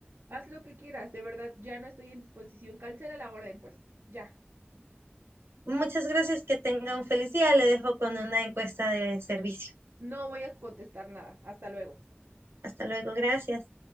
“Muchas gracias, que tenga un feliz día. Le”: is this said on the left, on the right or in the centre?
Right